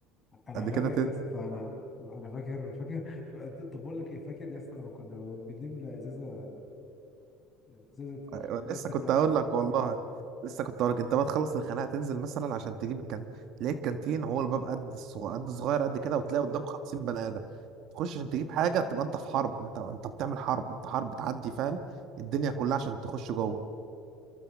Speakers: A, on the left (about 20°); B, on the right (about 55°).
A: انا
B: بعد
A: فاكر
B: كده تنسى
A: يا اسطى انا انا فاكر فاكر ف- طب بقول لك ايه فاكر يا اسطى لما كنا بنملى ازازه ازازه
B: أيوة،
A: بلاستيك
B: لسه كنت
A: رمله
B: اقول لك والله
A: <laughs>
B: لسه كنت اقول لك انت بقى تخلص الخناقه تنزل مثلا عشان تجيب الكانتين تلاقي الكانتين هو الباب قد الصغ- قد صغير قد كده وتلاقي قدامه 50 بني ادم تخش عشان تجيب حاجه تبقى انت في حرب انت انت بتعمل حرب انت حرب بتعدي فاهم الدنيا كلها عشان تخش جوه